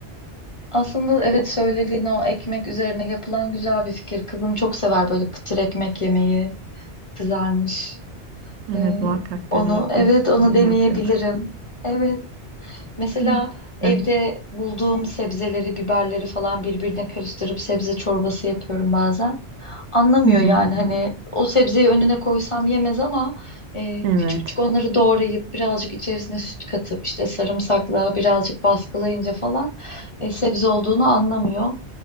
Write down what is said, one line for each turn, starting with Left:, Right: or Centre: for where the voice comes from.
Left: Aslında evet söylediğin o ekmek üzerine yapılan güzel bir fikir. Kızım çok sever böyle kıtır ekmek yemeyi. Kızarmış.
Right: evet
Left: E,
Right: muhakkak
Left: onu
Right: dene
Left: evet
Right: biz
Left: onu
Right: onu
Left: deneyebilirim.
Right: yapıyorduk.
Left: Evet. Mesela
Right: <laughs>
Left: evde
Right: Hı
Left: bulduğum sebzeleri, biberleri falan birbirine karıştırıp sebze çorbası yapıyorum bazen. Anlamıyor
Right: hı.
Left: yani hani o sebzeyi önüne koysam yemez ama e,
Right: Evet.
Left: küçük küçük onları doğrayıp birazcık içerisine süt katıp işte sarımsakla birazcık baskılayınca falan e, sebze olduğunu anlamıyor.